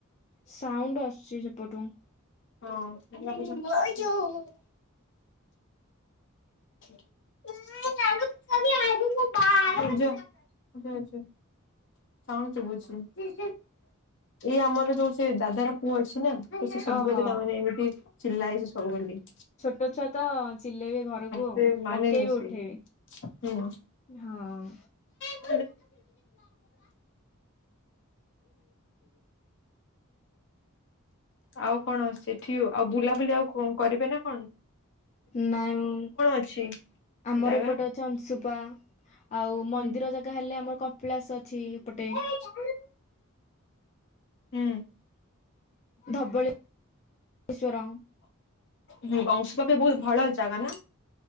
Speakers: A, on the left (about 35°); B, on the left (about 60°).
A: ସାଉଣ୍ଡ ଆସୁଛି ସେ ପଟୁ।
B: ହଁ। <unintelligible> <unintelligible> ସାଉଣ୍ଡ ଶୁଭୁଛି। ଏଇ ଆମର ଯୋଉ ସେ ଦାଦାର ପୁଅ ଅଛି ନା ସେ ସଜୁବାଜ
A: ଓହୋ
B: <unintelligible> କାମରେ ଏମିତି ଚିଲାଏ ସେ ସବୁ ବଲି
A: ଛୋଟ ଛୁଆ ତ ଚିଲେଇବେ ଘରକୁ
B: ସେ
A: ଆଉ
B: ମାନେନି
A: ପକେଇବେ
B: ସେ
A: ଉଠେଇବେ।
B: ହୁଁ।
A: ହଁ।
B: <unintelligible> <unintelligible> ଆଉ କଣ ସେଠି ଆଉ ବୁଲାବୁଲି ଆଉ କଣ କରିବେନା କଣ?
A: ନାଇଁ ଉମ୍
B: ଅଛି
A: ଆମର
B: ଜାଗା?
A: ଏପଟେ ଅଛି ଅଂଶୁପା ଆଉ ମନ୍ଦିର
B: ହୁଁ।
A: ଜାଗା ହେଲେ ଆମର କପିଳାସ ଅଛି ଏପଟେ।
B: ହୁଁ ହୁଁ।
A: ଧବେଳେଶ୍ୱର।
B: ହୁଁ ବଂଶବାପୀ ବହୁତ ଭଳ ଜାଗା ନା